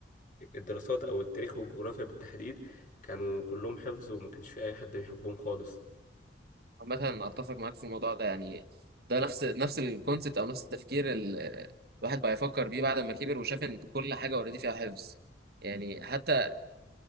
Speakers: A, on the left; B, on the right.
A: الدراسات او التاريخ والجغرافيا بالتحديد كانوا كلهم حفظ وما كانش في اي حد بيحبهم خالص
B: مثلا اتفق معاك في الموضوع ده يعني ده نفس نفس الكونسيبت او نفس التفكير ال- الواحد بقى يفكر بيه بعد ما كبر وشاف ان كل حاجه اوريدي فيها حفظ يعني حتى